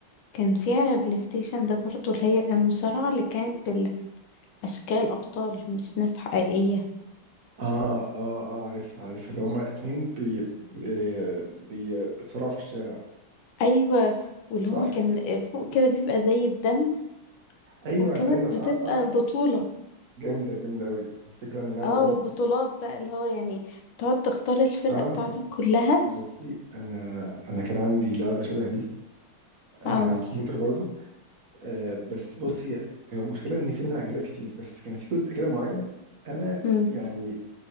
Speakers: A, on the left (about 80°); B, on the right (about 55°).
A: كان في على البلاي ستيشن ده برضو اللي هي المصارعة اللي كانت بالاشكال ابطال مش ناس حقيقية
B: اه اه اه عارفها عارفها اللي هما اتنين بي بي بي- بيتصارعوا في الشارع
A: ايوه واللي
B: صح؟
A: هما كان فوق كده بيبقى زي الدم
B: ايوه
A: وكانت
B: ايوه
A: بتبقى
B: اه اه
A: بطولة
B: جامده جامده قوي الفكره انا اللعبه
A: اه
B: دي
A: وبطولات بقى اللي هو يعني تقعد تختار الفرقة
B: اه
A: بتاعتك كلها
B: بصي انا انا كان عندي لعبه شبه دي آه،
A: اه
B: على الكمبيوتر برضو آه، بس بصي هي المشكله ان في منها اجزاء كتير بس كان في جزء كده معين انا
A: امم
B: يعني